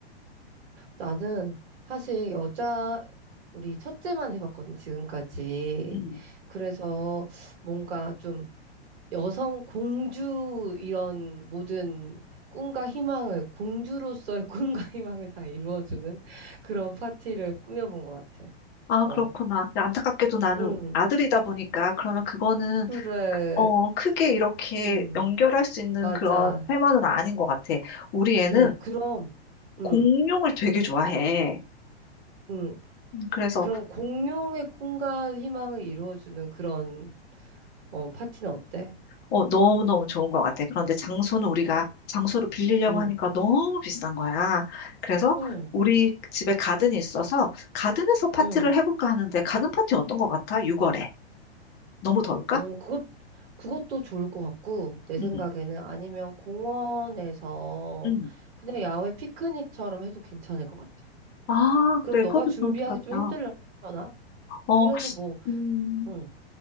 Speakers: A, on the right (about 65°); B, on the left (about 30°).
A: 나는 사실 여자, 우리 첫째만 해봤거든, 지금까지.
B: 음.
A: 그래서 뭔가 좀 여성 공주 이런 모든 꿈과 희망을, 공주로서의 <laughs> 꿈과 희망을 다 이루어주는 그런 파티를 꾸며본 것 같아.
B: 아,
A: 어,
B: 그렇구나. 근데 안타깝게도 나는
A: 응.
B: 아들이다 보니까 그러면 그거는
A: 그래,
B: 어, 크게 이렇게
A: 응.
B: 연결할 수 있는
A: 맞아.
B: 그런 테마는 아닌 것 같아. 우리 애는
A: 그래, 그럼, 응.
B: 공룡을 되게 좋아해.
A: 응.
B: 음, 그래서
A: 그런 공룡의 꿈과 희망을 이루어주는 그런 어, 파티는 어때?
B: 어, 너무너무 좋은 것 같아. 그런데 장소는 우리가
A: 응,
B: 장소를 빌리려고
A: 응,
B: 하니까 너무 비싼 거야. 그래서
A: 응,
B: 우리 집에 가든이 있어서 가든에서 파티를
A: 응.
B: 해볼까 하는데 가든 파티 어떤 것 같아? 6월에. 너무 더울까?
A: 오, 그것, 그것도 좋을 것 같고, 내
B: 응,
A: 생각에는 아니면 공원에서
B: 응.
A: 그냥 야외 피크닉처럼 해도 괜찮을 것 같아.
B: 아,
A: 그럼
B: 그래.
A: 너가
B: 그것도
A: 준비하기
B: 좋을 것
A: 좀
B: 같다.
A: 힘들려나?
B: 어,
A: 그래도 뭐,
B: 음,
A: 응,